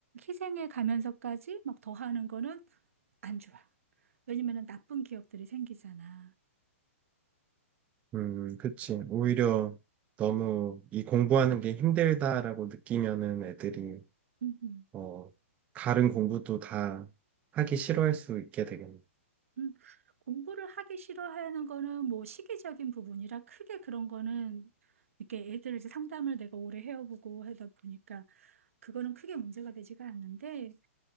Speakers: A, on the right (about 75°); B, on the right (about 20°).
A: 희생해 가면서까지 막 더 하는 거는 안 좋아. 왜냐면은 나쁜 기억들이 생기잖아.
B: 음, 그치. 오히려 너무 이 공부하는 게 힘들다라고 느끼면은 애들이,
A: 음.
B: 어, 다른 공부도 다 하기 싫어할 수 있게 되겠네.
A: 음, 공부를 하기 싫어하는 거는 뭐 시기적인 부분이라 크게 그런 거는 이렇게 애들 이제 상담을 내가 오래 해오고 하다 보니까 그거는 크게 문제가 되지가 않는데